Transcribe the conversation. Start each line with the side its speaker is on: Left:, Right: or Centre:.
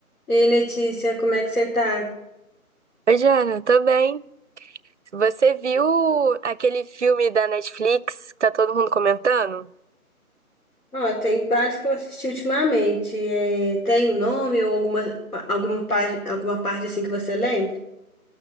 Left: Ei, Letícia, como é que você tá?
Right: Oi, Jana, tô bem. Você viu aquele filme da Netflix que tá todo mundo comentando?
Left: Ó, tem vários que eu assisti ultimamente. É, tem um nome ou alguma, pa- alguma, página, alguma parte assim que você lembra?